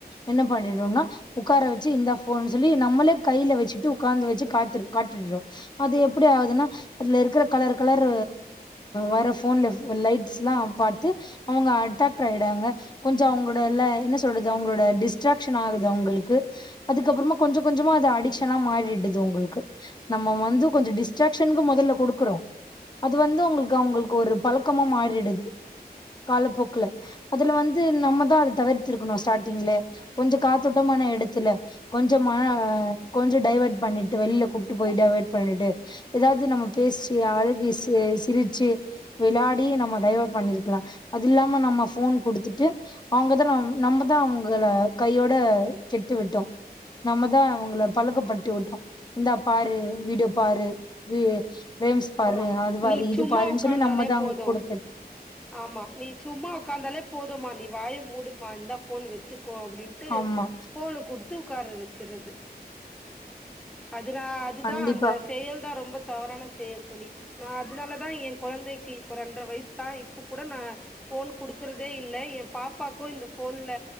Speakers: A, on the left; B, in the centre.
A: என்ன பண்ணிடும்னா உட்கார வச்சு இந்தா போன்னு சொல்லி நம்மளே கையில வச்சிட்டு உட்கார்ந்து வச்சு காத்து அது எப்டி ஆகுதுன்னா அதுல இருக்கிற கலர் கலர் வர போன்ல லைட் பாத்து அவங்க அட்ராக்ட் ஆய்ட்றாங்க கொஞ்ச அவங்களோடல்ல என்ன சொல்றது அவங்களோட டிஸ் அட்ராக்ஷனாவுது அவங்களுக்கு அதுக்கப்புறமா கொஞ்ச கொஞ்சமா அது அடிக்ஷன்னா அ மாறிடுது உங்களுக்கு நம் நம்ம வந்து கொஞ்ச டிஸ்ட்ராகஷனுக்கு முதல்ல கொடுக்குறோ அது வந்து அவங்களுக்கு அவங்களுக்கு ஒரு பழக்கமா மாறிடுது காலப்போக்குல அதுல வந்து நம்மதா அத தவிர்த்திருக்கணு ஸ்டார்ட்டிங்ல கொஞ்ச காத்தோட்டமான எடத்துல கொஞ்ச காத்தோடமான எடத்துல கொஞ்ச டைவேர்ட் பண்ணிட்டு வெளியில கூப்ட்டு போயட்டு டைவர்ட் பண்ணிட்டு எதாவது நம்ம பேசி அழுகி சிரிச்சு வெளாடி நம்ம டய வர்ட் பண்ணிருக்கலா அது இல்லாம நம்ம போன் கொடுத்துட்டு அவங்கதா நம் நம்ம தா அவங்கல கையோட கெட்டு விட்டோ நம்மதா அவங்கள பழுக்கப்படுத்தி விட்டோ இந்தா பாரு வீடியோ பாரு வ வேம்ஸ் பாரு
B: ஆமா
A: அது பாரு
B: நீ
A: இது
B: சும்மா
A: பாருன்னு
B: உக்காந்தாலே
A: சொல்லி நம்மதா அங்
B: போது
A: கொடுத்
B: ஆமா நீ சும்மா உக்காந்தாலே போதுமா நீ வாய மூடுமா இந்தா போன் வச்சு க்கோ அப்டின்ட்டு
A: ஆமா
B: போனு கொடுத்து உட்கார வச்சடுறது அதுன அதுதா
A: கண்டிப்பா
B: அந்த செயல் தா ரொம்ப தவறான செயல் தோழி நா அதனால தா என் குழந்தைக்கு இப்ப ரெண்டரை வயசு தா இப்ப இப்ப கூட நா போன் கொடுக்கறதே இல்ல எ பாப்பாக்கு இந்த போன்ல